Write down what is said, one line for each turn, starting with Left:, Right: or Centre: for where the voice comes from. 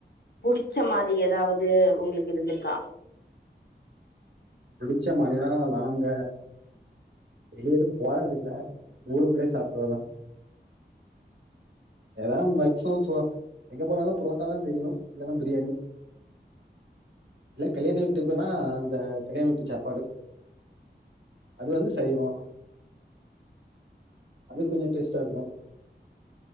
Left: புடிச்ச மாதிரி ஏதாவது உங்களுக்கு இருந்திருக்கா
Right: புடிச்ச மாணினா நாங்க வெளிய ஏதும் போனது இல்ல ஊருக்குள்ளயே சாப்பிடறதுதான் ஏதான் மேக்சிமம் இப்ப எங்க போனாலும் புரோட்டா தான் தெரியும் இல்லைன்னா பிரியாணி இல்ல கல்யாண வீட்டு போனா அந்த கல்யண வீட்டு சாப்பாடு அது வந்து சைவோ அது கொஞ்ச டேஸ்டா இருக்கு